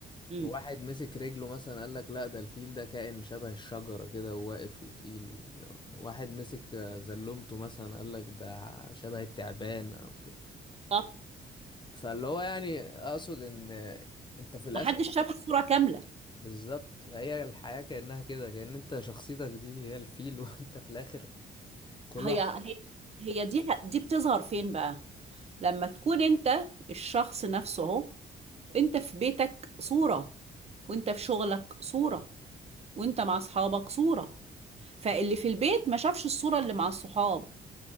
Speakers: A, on the right; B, on the left.
A: امم
B: واحد مسك رجله مثلا قال لك لا ده الفيل ده كائن شبه الشجرة كده وواقف وتقيل و... واحد مسك آه، زلمته مثلا قال لك ده شبه التعبان او كده
A: طب
B: فاللي هو يعني اقصد ان آه، انت في الاخر
A: ما حدش شاف الصورة كاملة
B: بالظبط فهي الحياة كأنها كده كأن انت شخصيتك دي هي الفيل <laughs> وانت في الاخر كل
A: هي
B: واحد
A: هي هي دي دي بتظهر فين بقى لما تكون انت الشخص نفسه اهو انت في بيتك صورة وانت في شغلك صورة وانت مع اصحابك صورة فاللي في البيت ما شافش الصورة اللي مع الصحاب